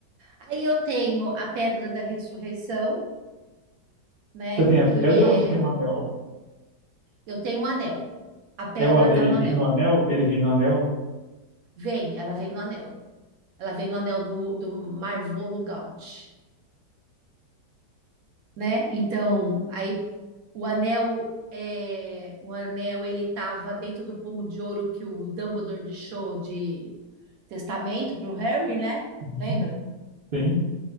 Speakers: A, on the right (about 60°); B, on the right (about 80°).
A: Aí eu tenho a Pedra da Ressurreição, né?
B: Você tem a
A: Que
B: pedra
A: é.
B: ou você tem o anel?
A: Eu tenho um anel. A pedra
B: É o, an-
A: tá
B: ele
A: no anel.
B: vem no anel? Ele vem no anel?
A: Vem, ela vem no anel. Ela vem no anel do, do Marvolo Gaunt, né? Então, aí o anel. É, o anel ele estava dentro do pomo de ouro que o Dumbledore deixou de testamento para o Harry, né?
B: Uhum.
A: Lembra?
B: Sim.